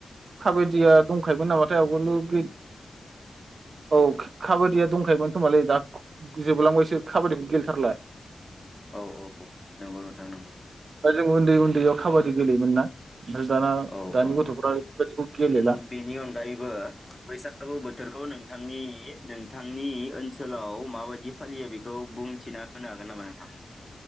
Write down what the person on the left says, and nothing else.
औ औ नंगौ नोंथां नंगौ।
औ
औ
उम बेनि अनगायैबो बैसागु बोथोरखौ नोंथां आंनि नोंथांनि ओनसोलाव माबायदि फालियो बेखौ बुंथिना होनो हागोन नामा नोंथां?